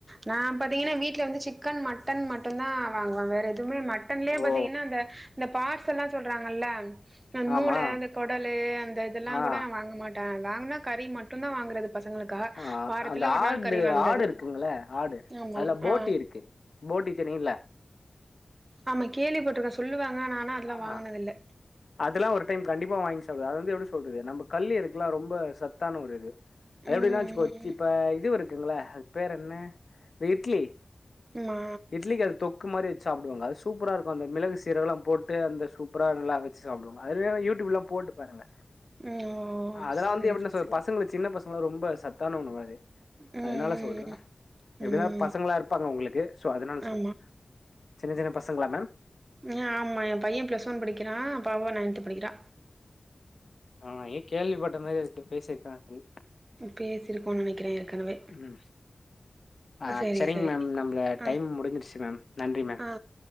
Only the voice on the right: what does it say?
நா பாத்தீங்கன்னா வீட்ல வந்து சிக்கன் மட்டன் மட்டும்தா வாங்குவாங் வேற எதுவுமே மட்டன்லே பாத்தீங்கன்னா
அந்த அந்த பாட்ஸ் எல்லா சொல்றாங்கல்ல அந்த
மூள அந்த கொடலு அந்த இதெல்லா
கூட நா வாங்க மாட் ட வாங்கனா கறி மட்டு தா வாங்கறது பசங்களுக்காக
வாரத்துல
ஒரு
நாள் கறி வாங்குறது
ஆமா
ஆ
ஆமா கேள்வி பட்டுருக்க சொல்லுவாங்க ஆனா அதெல்லா
வாங்குனதில்ல
ம்
ம் ஆமா
ம் ஓ
சரி
சரி
சரி
ம் ம்
ம்
ம்
ஆமா
ஆ ஆமா என் பையன் பிளஸ் ஒன் படிக்கிறான் பாப்பா நயன்த்து படிக்கரா
பேசிருக்கோனு நெனைக்கிற ஏற்கனவே
சரி
சரி
ஆ
ஆ